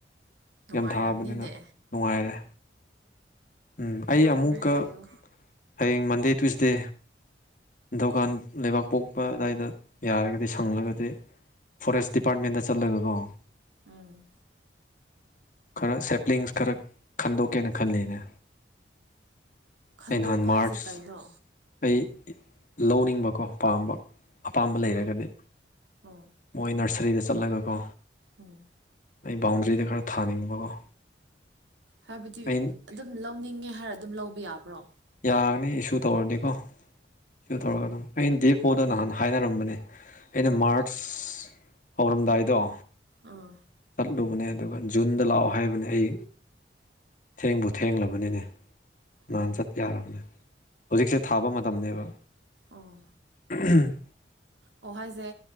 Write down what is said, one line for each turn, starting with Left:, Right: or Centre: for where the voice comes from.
Right: ꯅꯨꯡꯉꯥꯏꯔꯝꯅꯤꯅꯦ
Left: ꯌꯥꯝ ꯊꯥꯕꯅꯤꯅ ꯅꯨꯡꯉꯥꯏꯔꯦ ꯎꯝ
Right: ꯅꯨꯡꯉꯥꯏꯌꯨ
Left: ꯑꯩ ꯑꯃꯨꯛꯀ
Right: ꯅꯨꯡꯉꯥꯏꯌꯨ
Left: ꯍꯌꯦꯡ ꯃꯟꯗꯦ ꯇꯨꯁꯗꯦ ꯗꯨꯀꯥꯟ ꯂꯩꯕꯥꯛ ꯄꯣꯛꯄ ꯑꯗꯨꯋꯥꯏꯗ ꯌꯥꯔꯒꯗꯤ ꯁꯪꯂꯒꯗꯤ ꯐꯣꯔꯦꯁ ꯗꯤꯄꯥꯔꯠꯃꯦꯟꯗ ꯆꯠꯂꯒꯀꯣ
Right: ꯎꯝ
Left: ꯈꯔ ꯁꯦꯞ꯭ꯂꯤꯡꯁ ꯈꯔ ꯈꯟꯗꯣꯛꯀꯦꯅ ꯈꯜꯂꯤꯅꯦ
Right: ꯈꯟꯗꯣꯛꯄ
Left: ꯑꯩ ꯅꯍꯥꯟ ꯃꯥꯔꯆ
Right: ꯍꯥꯏꯁꯦ ꯀꯩꯅꯣ
Left: ꯑꯩ ꯇꯧꯅꯤꯡꯕꯀꯣ ꯄꯥꯝꯕ ꯑꯄꯥꯝꯕ ꯂꯩꯔꯒꯗꯤ
Right: ꯑꯣ ꯑꯣ
Left: ꯃꯣꯏ ꯅꯔꯁꯔꯤꯗ ꯆꯠꯂꯒꯀꯣ
Right: ꯎꯝ
Left: ꯑꯩ ꯕꯥꯎꯟꯗ꯭ꯔꯤꯗ ꯈꯔ ꯊꯥꯅꯤꯡꯕꯀꯣ
Right: ꯍꯥꯏꯕꯗꯤ
Left: ꯑꯩ
Right: ꯑꯗꯨꯝ ꯂꯧꯅꯤꯡꯉꯦ ꯍꯥꯏꯔ ꯑꯗꯨꯝ ꯂꯧꯕ ꯌꯥꯕ꯭ꯔꯣ
Left: ꯌꯥꯅꯤ ꯏꯁꯨ ꯇꯧꯔꯅꯤꯀꯣ ꯏꯁꯨ
Right: ꯑꯣ
Left: ꯇꯧꯔꯒ ꯑꯗꯨꯝ ꯑꯩꯅ ꯗꯦꯄꯣꯗ ꯅꯍꯥꯟ ꯍꯥꯏꯅꯔꯝꯕꯅꯦ ꯑꯩꯅ
Right: ꯎꯝ
Left: ꯃꯥꯔꯆ ꯍꯧꯔꯝꯗꯥꯏꯗꯣ
Right: ꯑꯥ
Left: ꯆꯠꯂꯨꯕꯅꯦ ꯑꯗꯨꯒ ꯖꯨꯟꯗ ꯂꯥꯛꯑꯣ ꯍꯥꯏꯕꯅꯤ ꯑꯩ ꯊꯦꯡꯕꯨ ꯊꯦꯡꯂꯕꯅꯤꯅꯦ ꯅꯍꯥꯟ
Right: ꯑꯣ
Left: ꯆꯠ ꯌꯥꯔꯕꯅꯦ ꯍꯧꯖꯤꯛꯁꯦ ꯊꯥꯕ ꯃꯇꯝꯅꯦꯕ
Right: ꯑꯣ
Left: ꯎꯝ
Right: ꯑꯣ ꯍꯥꯏꯁꯦ